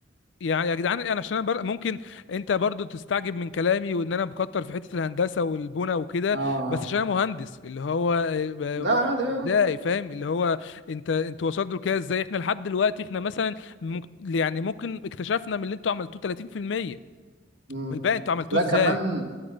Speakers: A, on the left; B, on the right.
A: يعني يا جدعان انا عشان انا بر... ممكن انت برضو تستعجب من كلامي وان انا مكتر في حته الهندسه والبنى وكده
B: اه آه.
A: بس عشان انا مهندس اللي هو آه، ب-
B: لا عادي اه
A: ازاي فاهم اللي هو انت انتوا وصلتوا لكده ازاي احنا لحد دلوقتي احنا مثلا مك... يعني ممكن اكتشفنا من اللي انتوا عملتوه 30%
B: مم.
A: والباقي انتوا عملتوه
B: لا
A: ازاي
B: كمان